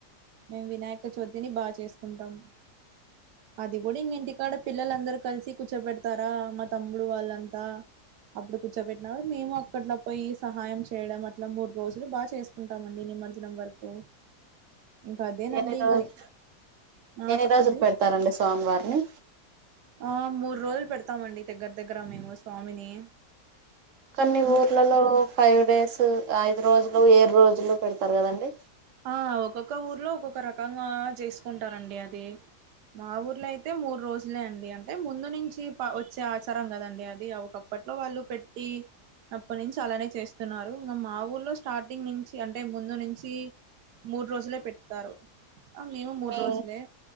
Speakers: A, on the right (about 80°); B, on the right (about 60°).
A: మేం వినాయక చవితిని బాగా చేసుకుంటాం. అది కూడా ఇంగ ఇంటికాడ పిల్లలందరుూ కలిసి కూర్చోబెడతారా మా తమ్ముడు వాళ్ళంతా. అప్పుడు కూచ పెట్. మేము అక్కట్లో పోయి సహాయం చేయడం అట్లా మూడు రోజులు బాగా చేసుకుంటామండి నిమజ్జనం వరకు. ఇంకా అదేనండి
B: ఎన్ని రోజు
A: ఇంకా ఆ
B: ఎన్ని
A: చెప్పండి
B: రోజులు పెడతారండి స్వామివారిని.
A: ఆ మూడు రోజులు పెడతామండి దగ్గర దగ్గర మేము స్వామిని.
B: కాన్ని ఊర్లలో
A: మూడు
B: ఫైవ్ డేస్ ఐదు రోజులు ఏడు రోజులు పెడతారు కదండి.
A: ఆ ఒక్కొక్క ఊర్లో ఒక్కొక్క రకంగా చేసుకుంటారండి అది మా ఊర్లో అయితే. అయితే మూడు రోజులే అండి అంటే ముందు నుంచి వచ్చే ఆచారం కదండి అది ఒకప్పట్లో వాళ్ళు పెట్టి. అప్పటి నుంచి అలానే చేస్తున్నారు ఇంకా మా ఊర్లో స్టార్టింగ్ నుంచి అంటే ముందు నుంచి. కి మూడు రోజులే పెడతారు ఆ మేము మూడు
B: మీ
A: రోజులే.